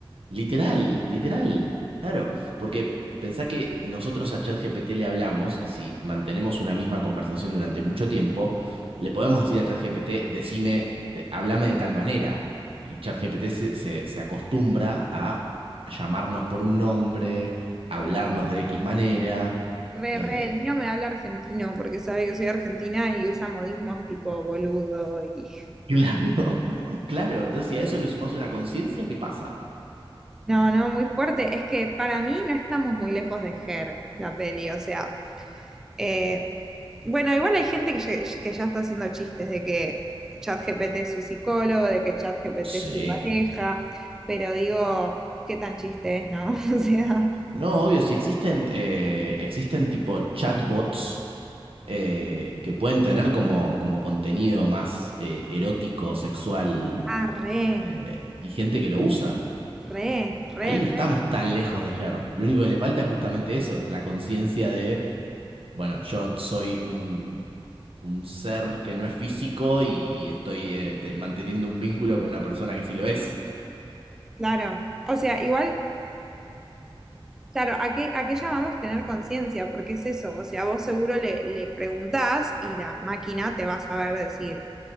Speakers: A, on the right (about 75°); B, in the centre.
A: Literal, literal. Claro, porque pensá que nosotros a ChatGPT le hablamos y si mantenemos una misma conversación durante mucho tiempo, le podemos decir a ChatGPT, decime, te- háblame de tal manera. Y ChatGPT se, se, se acostumbra a llamarnos por un nombre, hablarnos
B: <laughs>
A: de X manera.
B: Re,
A: eh,
B: re, el mío me habla argentino porque sabe que soy argentina y usa modismos tipo boludo y...
A: <laughs> claro, claro. Entonces, si a eso le sumamos una conciencia, ¿qué pasa?
B: No, no, muy fuerte. Es que para mí no estamos muy lejos de Her, la peli, o sea... eh, bueno, igual hay gente que ya, que ya está haciendo chistes de que ChatGPT es su psicólogo, de que ChatGPT
A: Sí.
B: es tu pareja, pero digo, qué tan chiste es, ¿no? <laughs> O sea...
A: No, obvio, si existen, eh, existen tipo chatbots eh, que pueden tener como, como contenido más eh, erótico, sexual,
B: Ah, re,
A: eh, y gente que lo usa.
B: re, re.
A: Ahí no estamos tan lejos de Her. Lo único que le falta es justamente eso, la conciencia de, bueno, yo soy un, un ser que no es físico y, y estoy eh, te- manteniendo un vínculo con una persona que sí lo es.
B: Claro, o sea, igual, claro, ¿a qué, a qué llamamos tener conciencia? Porque es eso, o sea, vos seguro le, le preguntás y la máquina te va a saber decir,